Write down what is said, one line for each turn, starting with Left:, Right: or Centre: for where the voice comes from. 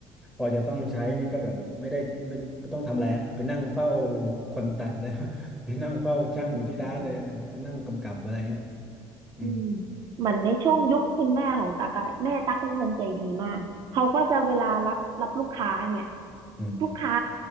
Centre: พอจะต้องใช้นี่ก็แบบไม่ได้ไม่ไม่ต้องทำอะไรอะไปนั่งเฝ้าคนตัดเลย <laughs> ไปนั่งเฝ้าช่างอยู่ที่ร้านเลยอะไรเงี้ยเออนั่งกำกับอะไรเงี้ย
Right: อืม
Centre: อืม
Right: อืมเหมือนในช่วงยุคคุณแม่ของตั๊กอะแม่ตั๊กเป็นคนใจดีมากเขาก็จะเวลารับรับลูกค้าเนี่ย
Centre: อืม
Right: ลูกค้า